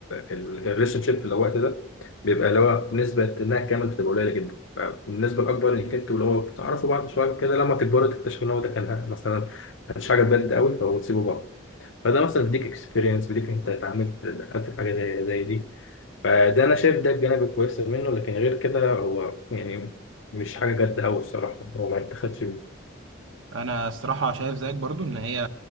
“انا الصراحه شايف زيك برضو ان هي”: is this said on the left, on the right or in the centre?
Right